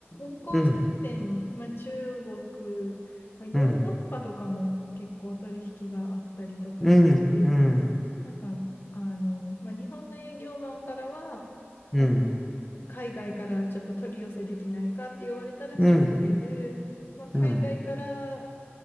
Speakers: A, on the left; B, in the centre.
A: 香港支店、
B: うん、
A: まあ、中国、まあ、ヨーロッパとかも結構取引があったりとかして、
B: うん、うん、うん、
A: なんか、あの、まあ、日本の営業マンからは、
B: うん、
A: なんか海外からちょっと取り寄せできないかって言われたら調べる、
B: うん、
A: まあ、海外から
B: うん、